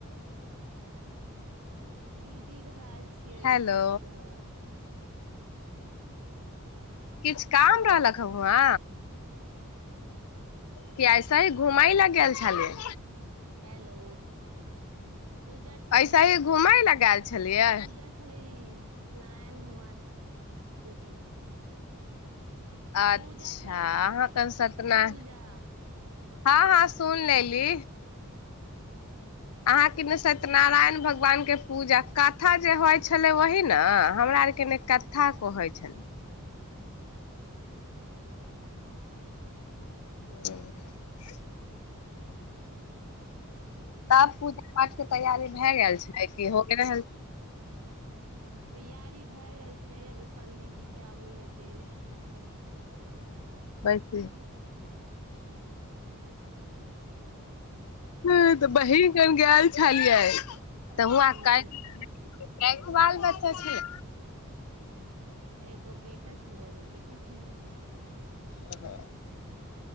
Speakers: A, on the right; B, on the left.
A: दीदी घर ऐल छियै
B: हेलो
A: दीदी घर
B: किछ
A: हँ
B: काम रहलक
A: ससुराल
B: ह हुवा
A: आयल छी
B: की ऐसे ही घूमै
A: सत्यनारायण
B: लऽ गेल
A: भगवान
B: छलियै
A: के हेलो पूजा छेलै
B: ऐसे ही घूमय लए गेल छलियै
A: पूजा छ छलै सतनारायण भगवान के
B: अच्छा
A: पूजा छलै
B: अहाँ कन सतना
A: पूजा
B: हँ हँ सुन लेली अहाँके ने सत्यनारायण भगवान के पूजा कथा जे होय छलै वही ने हमरा आरके ने कथा कहै छैल
A: <inaudible>
B: <unintelligible>
A: <unintelligible>
B: तब पूजा पाठ के तैयारी भए गेल छै कि हो रहल
A: तैयारी भए गेल छै अभी पंडीजी क आब ओमे देरी छै ओहि ल पर जाना भएै छै
B: पैस
A: <unintelligible> हमरा <unintelligible> चलबी
B: हम्म त बहीन गांव गैल छलियै तऽ हु
A: हूँ
B: क कैगो बाल बच्चा छैय।
A: एगो बेटा छलै एगो बेटी छलै
B: अहा